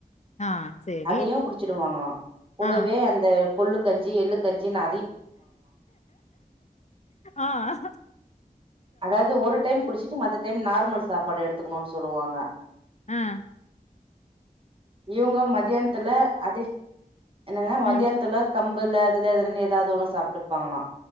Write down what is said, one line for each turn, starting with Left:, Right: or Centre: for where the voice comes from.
Left: ஆ சேரி
Right: அதையும் குடிச்சிடுவாங்லா கூடவே
Left: ஆ
Right: அந்த கொல்லு கஞ்சி எள்ளு கஞ்சி ந
Left: ஆஹ்
Right: அதாவது ஒரு டைம் குடிச்சிட்டு மது டைம் நார்மல் சாப்பாடு எடுத்துக்கணும்ன்னு சொல்லுவாங்க
Left: ம்
Right: இவங்க மதியந் த்துல அதே என்னங்க மத்தியானத்துலா
Left: ம்.
Right: கம்புல அதுல இதுலன்ன ஏதாவது ஒண்ணு சாப்ட்டுப்பாங்களாம்